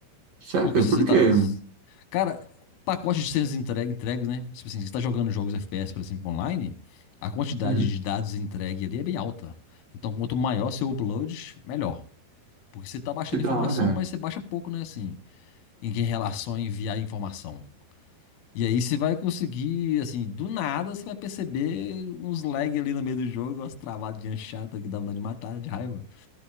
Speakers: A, on the right; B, on the left.
A: sério?
B: Porque se você
A: Por
B: tá.
A: quê?
B: Cara, pacote de cenas entregue, entregues, né? Tipo assim, se você tá jogando jogos FPS, por exemplo, online, a quantidade
A: Hum,
B: de dados entregue ali é bem alta. Então, quanto maior seu upload, melhor. Porque você tá baixando
A: que da
B: informação,
A: hora.
B: mas você baixa pouco, né? Assim, em em relação a enviar informação. E aí você vai conseguir, assim, do nada você vai perceber uns lag ali no meio do jogo, umas travadinhas chatas que dá vontade de matar, de raiva.